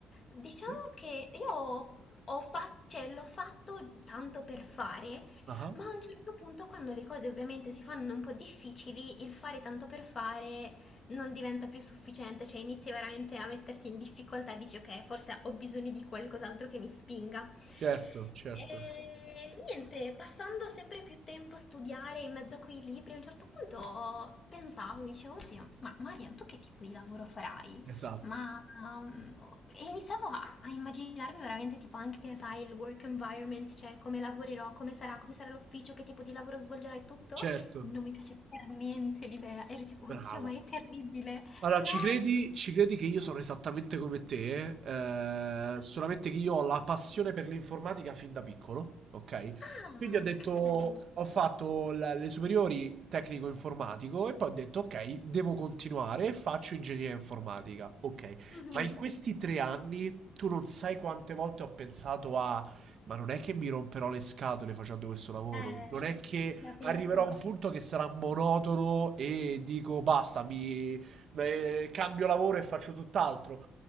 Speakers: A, on the left (about 40°); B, on the right (about 55°).
A: Diciamo
B: Sì.
A: che io ho, ho fa- cioè, l'ho fatto tanto per fare,
B: Ah-ah.
A: ma a un certo punto, quando le cose ovviamente si fanno un po' difficili, il fare tanto per fare non diventa più sufficiente, cioè inizi veramente a metterti in difficoltà, dici ok, forse ho bisogno di qualcos'altro che mi spinga.
B: Certo, certo.
A: E niente, passando sempre più tempo a studiare in mezzo a quei libri, a un certo punto pensavo, mi dicevo, oddio, ma Marian, tu che tipo di lavoro farai?
B: Esatto.
A: Ma mm, e iniziavo a, a immaginarmi veramente tipo anche, sai, il work environment, cioè come lavorerò, come sarà, come sarà l'ufficio, che tipo di lavoro svolgerai, tutto.
B: Certo.
A: Non mi piaceva per niente l'idea. Ero tipo, oddio,
B: Bravo.
A: ma è terribile.
B: Allora,
A: No,
B: ci credi
A: no.
B: ci credi che io sono esattamente come te, ehm, solamente che io ho la passione per l'informatica fin da piccolo, okay,
A: Ah,
B: quindi ho detto
A: che bello.
B: ho fatto la le superiori tecnico informatico e poi ho detto: "Okay, devo continuare e faccio ingegneria informatica." Okay,
A: Mhm.
B: ma in questi 3 anni tu non sai quante volte ho pensato a: "Ma non è che mi romperò le scatole facendo questo lavoro?
A: Eh,
B: Non è che
A: ti capisco.
B: arriverò a un punto che sarà monotono e dico: 'Basta, mi eh, cambio lavoro e faccio tutt'altro.